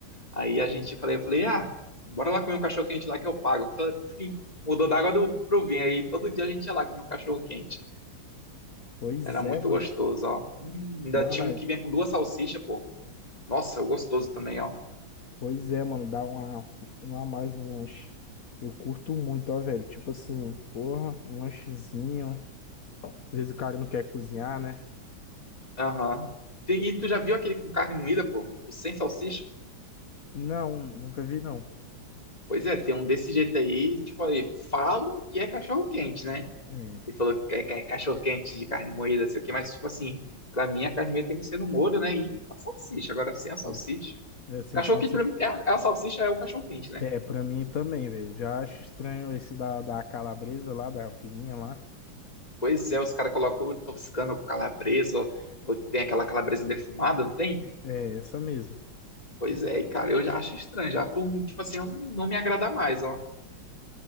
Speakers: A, on the left; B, on the left.
A: Aí a gente falei, eu falei, ah, bora lá comer um cachorro-quente lá que eu pago. Eu falei, "Sim." mudou da água do, pro vinho. Aí todo dia a gente ia lá comer um cachorro-quente.
B: Pois
A: Era muito
B: é, mano.
A: gostoso, ó. Hum, ainda
B: Mano,
A: tinha
B: é-
A: um que vinha com duas salsichas, pô. Nossa, gostoso também, ó.
B: pois é, mano, dá uma, uma a mais no lanche. Eu curto muito, ó, velho. Tipo assim, porra, um lanchezinho. Às vezes o cara não quer cozinhar, né?
A: Aham. Tem- E tu já viu aquele com carne moída, pô? Tipo, sem salsicha?
B: Não, nunca vi, não.
A: Pois é, tem um desse jeito aí, tipo, aí, falam que é cachorro-quente, né?
B: É,
A: Ele falou que é, que é cachorro-quente de carne moída, sei o quê, mas, tipo assim, pra mim a carne moída tem que ser no molho, né? E com a salsicha, agora sem a salsicha.
B: é, é sem
A: Cachorro-quente
B: salsicha.
A: pra mim, é a, é a salsicha é o cachorro-quente, né?
B: É, pra mim também, velho. Já acho estranho esse da, da calabresa lá, da fininha lá.
A: Pois é, os caras colocam o toscano com calabresa, ou, ou tem aquela calabresa defumada, não tem?
B: É, essa mesmo.
A: Pois é, e cara, eu já acho estranho, já. Por, mim, tipo assim, eu não, não me agrada mais, ó.